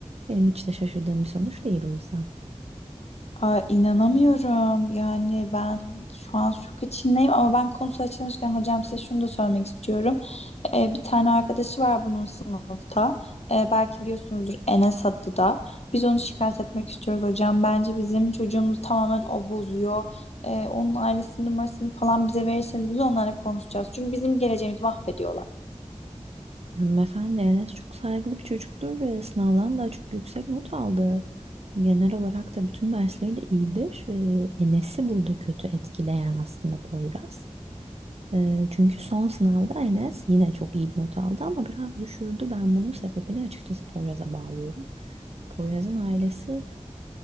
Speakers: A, on the right (about 60°); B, on the left (about 60°).
A: Benim hiç de şaşırdığım bir sonuç değil o yüzden.
B: Ay, inanamıyorum. Yani ben şu an şok içindeyim ama ben konusu açılmışken hocam size şunu da söylemek istiyorum. Ee, bir tane arkadaşı var bunun sınıfta. Ee, belki biliyorsunuzdur Enes adlı da. Biz onu şikayet etmek istiyoruz hocam. Bence bizim çocuğumuzu tamamen o bozuyor. Ee, onun ailesinin numarasını falan bize verirseniz biz onlarla konuşacağız. Çünkü bizim geleceğimizi mahvediyorlar.
A: Hanımefendi Enes çok saygılı bir çocuktur. Ee, Sınavdan da çok yüksek not aldı. Genel olarak da bütün dersleri de iyidir. Ee, Enes'i burada kötü etkileyen aslında Poyraz. Ee, Çünkü son sınavda Enes yine çok iyi bir not aldı ama biraz düşürdü. Ben bunun sebebini açıkçası Poyraz'a bağlıyorum. Poyraz'ın ailesi